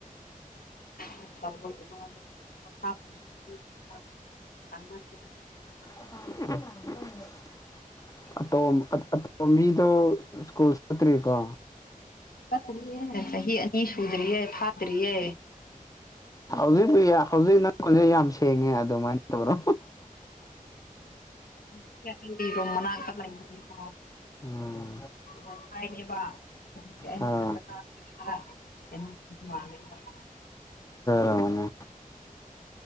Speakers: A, on the left; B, on the left.
A: <unintelligible>
B: <unintelligible>
A: <inaudible>
B: ꯑꯇꯣ ꯑꯇꯣꯝꯕꯤꯗꯣ ꯁꯀꯨꯜ ꯆꯠꯇ꯭ꯔꯤꯀꯣ
A: ꯆꯠꯇ꯭ꯔꯤꯌꯦ ꯆꯍꯤ ꯑꯅꯤ ꯁꯨꯗꯔꯤꯌꯦ ꯐꯥꯗꯔꯤꯌꯦ
B: ꯎ ꯍꯧꯖꯤꯛꯄꯨ ꯍꯧꯖꯤꯛ ꯅꯪꯁꯦ ꯌꯥꯝ ꯁꯦꯡꯉꯦ ꯑꯗꯨꯃꯥꯏꯅ ꯇꯧꯔꯣ
A: ꯍꯧꯖꯤꯛꯁꯦ ꯑꯩꯔꯣꯝ ꯃꯅꯥꯛꯇ ꯂꯩꯕꯒꯤꯀꯣ
B: ꯎꯝ
A: ꯋꯥꯏ ꯐꯥꯏ ꯅꯦꯕ ꯑꯗꯨꯒꯤ ꯑꯩ
B: ꯑꯥ
A: ꯃꯊꯛꯇ <unintelligible>
B: ꯇꯅ